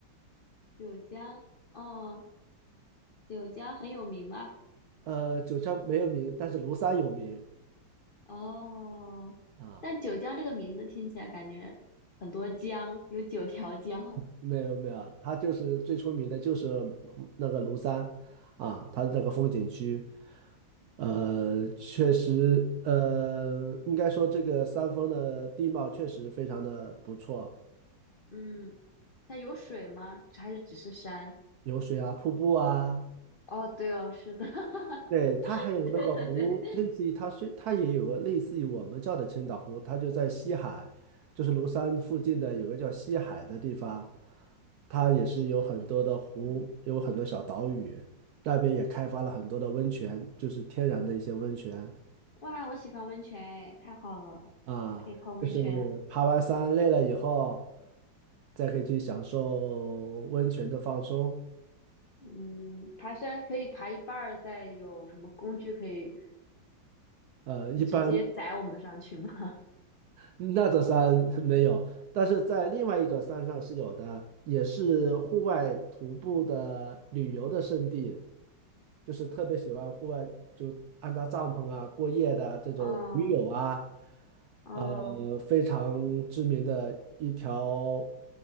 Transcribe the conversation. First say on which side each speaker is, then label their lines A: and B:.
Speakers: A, on the left (about 75°); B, on the right (about 75°).
A: 九江哦，九江很有名吗？
B: 呃，九江没有名，但是庐山有名
A: 哦，
B: 啊。
A: 但九江这个名字听起来感觉很多江，有九条江。
B: 没有没有，它就是最出名的就是那个庐山啊，它这个风景区，呃，确实，呃，应该说这个山峰的地貌确实非常的不错。
A: <laughs> 嗯，它有水吗？还是只是山？
B: 有水啊，瀑布啊，
A: 哦，对哦，是的，<laughs>
B: 对，它还有那个湖，
A: 对对对，
B: 类似于它虽它也有个类似于我们叫的千岛湖，它就在西海，就是庐山附近的有个叫西海的地方，它也是有很多的湖，
A: 是，嗯，
B: 有很多小岛屿，那边也开发了很多的温泉，就是天然的一些温泉
A: 哇，我喜欢温泉，哎，太好了，
B: 啊，
A: 可以泡温泉。
B: 就是爬完山累了以后，再可以去享受温泉的放松。
A: 嗯，爬山可以爬一半儿，再有什么工具可以
B: 呃，一般
A: 直接载我们上去吗？
B: 那座山 <laughs> 没有，但是在另外一座山上是有的，也是户外徒步的旅游的胜地，就是特别喜欢户外，就安扎帐篷啊、过夜的这种驴友啊，
A: <laughs> 哦哦，
B: 呃，非常知名的一条